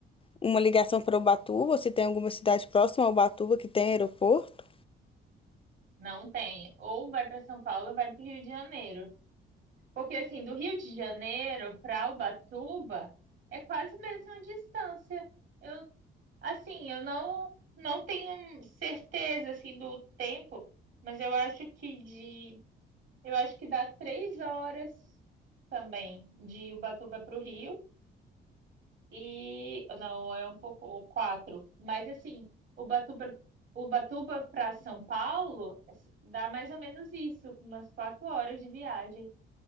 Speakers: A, on the left; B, on the right.
A: uma ligação para Ubatuba, se tem alguma cidade próxima a Ubatuba que tem aeroporto.
B: Não tem. Ou vai para São Paulo, ou vai para o Rio de Janeiro. Porque assim, do Rio de Janeiro para Ubatuba é quase a mesma distância. Eu, assim, eu não não tenho certeza assim do tempo, mas eu acho que de eu acho que dá três horas também de Ubatuba para o Rio e não é um pouco ou quatro, mas assim Ubatuba Ubatuba para São Paulo dá mais ou menos isso, umas quatro horas de viagem.